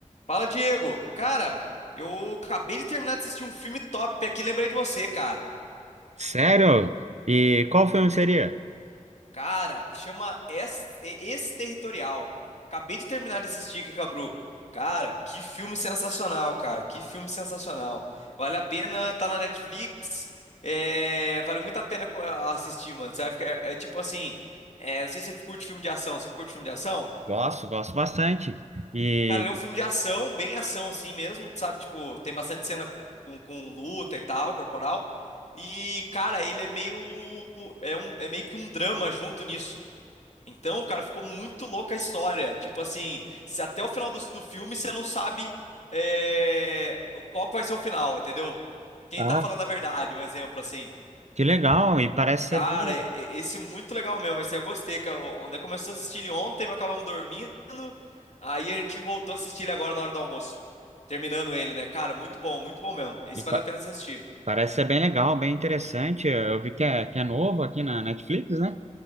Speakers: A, on the left; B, on the right.
A: Fala, Diego. Cara, eu acabei de terminar de assistir um filme top aqui, lembrei de você, cara.
B: Sério? E qual filme seria?
A: Cara, chama Ex- territorial. Acabei de terminar de assistir aqui, Cabru. Cara, que filme sensacional, cara. Que filme sensacional. Vale a pena, tá na Netflix. É, vale muito a pena co- assistir, mano. Você vai ficar, é, é tipo assim, é, não sei se você curte filme de ação. Você curte filme de ação?
B: Gosto, gosto bastante. E
A: Cara, ele é um filme de ação, bem ação assim mesmo, sabe? Tipo, tem bastante cena com, com luta e tal, corporal. E, cara, ele é meio. É, um, é meio que um drama junto nisso. Então, cara, ficou muito louca a história. Tipo assim, se até o final do, do filme você não sabe é, qual que vai ser o final, entendeu? Quem
B: ah,
A: tá falando a verdade, um exemplo assim.
B: que legal! E parece
A: Cara,
B: ser bem,
A: e- e- esse é muito legal mesmo. Esse eu gostei. Cara. O- Onde começou a assistir ele ontem, mas acabamos dormindo. Aí a gente voltou a assistir ele agora na hora do almoço. Terminando ele, né? Cara, muito bom, muito bom mesmo. Esse
B: e pa-
A: vale a pena você assistir.
B: parece ser bem legal, bem interessante. Eu vi que é, que é novo aqui na Netflix, né?